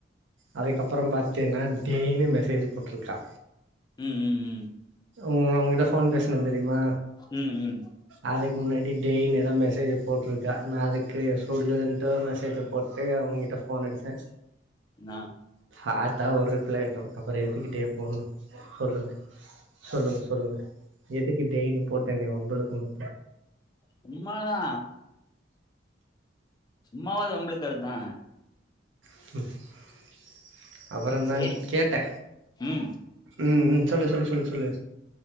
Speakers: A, on the right; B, on the left.
A: அதுக்கப்றோ பாத்தீன்னா டெய்லியு மெசேஜ் போட்ருக்கா
B: ம் ம் ம்
A: ம் ம் ஒங்கிட்ட ஃபோன் பேசுனே தெரிமா
B: ம் ம்
A: அதுக்கு முன்னாடி டேய்னேதா மெசே ஜ போட்ருக்கா நா அதுக்கு சொல்லுன்ட்டு மெசேஜ்ஜ போட்டு ஒங்கிட்ட ஃபோன் அடிச்சே
B: நா
A: பாத்தா ஒரு ரிப்ளய காணு அப்றோ எதுக்கு டே போடணு சொல்லுங்க சொல்லுங்க சொல்லுங்க எதுக்கு டேயினு போட்டு என்னைய வம்பு இழுக்குனு
B: சும்மாதா சும்மாவாது வம்பு இழுக்குறதா
A: <unintelligible> அப்றோ தா
B: சேரி
A: கேட்ட
B: ம்
A: ம் ம் சொல்லு சொல்லு சொல்லு சொல்லு